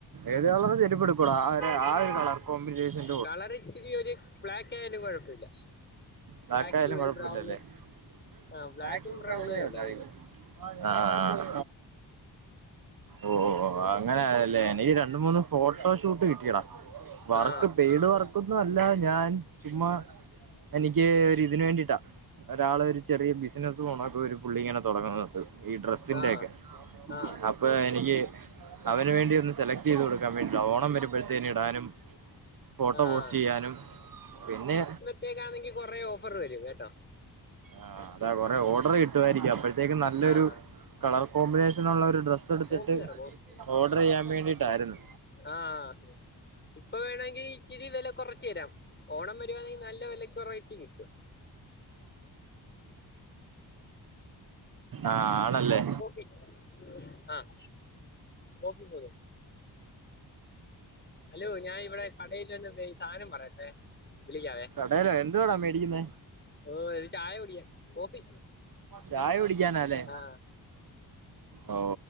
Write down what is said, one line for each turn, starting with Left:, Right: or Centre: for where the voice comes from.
Right: ഏത് കളർ ചെരിപ്പടുക്കൂടാ
Left: <unintelligible>
Right: കളർ കോമ്പിനേഷൻ
Left: കളർ ഇച്ചിരി ഒരു ബ്ലാക്ക് ആയാലും കുഴപ്പമില്ല.
Right: ബ്ലാക്കായലും
Left: ബ്ലാക്ക് ഒരു
Right: കൊഴപ്പില്ലല്ലേ?
Left: ബ്രൗണ്
Right: <unintelligible>
Left: ആ ബ്ലാക്കും ബ്രൗണേ ഉള്ളു അതിന്
Right: ആഹ്. ഓ ഓ അങ്ങനെല്ലേ എനിക്ക് രണ്ട് മൂന്നു ഫോട്ടോഷൂട്ട് കിട്ടിടാ വർക്ക്
Left: ആ
Right: പെയ്ഡ് വർക്ക് തൊന്നും അല്ല ഞാൻ ചുമ്മാ എനിക്ക് ഒരു ഇതിന് വേണ്ടിട്ടാ. ഒരാള് ഒരു ചെറിയ ബിസിനസ്സ് പോണൊക്കെ ഒരു പുള്ളി ഇങ്ങനെ തുടങ്ങുന്നുണ്ട്. ഈ ഡ്രസ്സിന്റെയൊക്കെ
Left: ആ ആ
Right: അപ്പൊ എനിക്ക് അവന് വേണ്ടി ഒന്ന് സെലക്ട് ചെയ്ത് കൊടുക്കാൻ വേണ്ടിട്ട ഓണം വരുമ്പോഴത്തേനും ഇടാനും ഫോട്ടോ
Left: ആ ആ
Right: പോസ്റ്റ് ചെയ്യാനും പിന്നെ
Left: ണെങ്കിൽ കുറെ ഓഫർ വരും കേട്ടോ.
Right: ആഹ് അതാ കൊറെ ഓർഡർ കിട്ടുവായിരിക്കും അപ്പോഴത്തേക്കും നല്ലൊരു
Left: ആഹ്
Right: കളർ കോമ്പിനേഷനുള്ള ഒരു എടുത്തിട്ട്
Left: കോഫി പറ കോഫി
Right: ഓർഡർ ചെയ്യാൻ വേണ്ടിട്ടായിരുന്നു.
Left: ആഹ് ഇപ്പൊ വേണമെങ്കിൽ ഇച്ചിരി വില കുറച്ചു തരാം. ഓണം വരുവാണെങ്കിൽ നല്ല വിലക്ക കുറവേട്ട് കിട്ടും.
Right: ആഹ് ആണല്ലേ?
Left: <inaudible> ആഹ് <unintelligible> അലോ ഞാൻ ഇവിടെ കടയിൽ വന്ന് സാധനം പറയട്ടെ വിളിക്കാവേ.
Right: ല്ലോ എന്തുവാടാ മേടിക്കുന്ന?
Left: ഓ ഒരു ചായ കുടിക്കാൻ കോഫി
Right: ചായ കുടിക്കാനല്ലേ?
Left: ആഹ് <inaudible>
Right: ഓ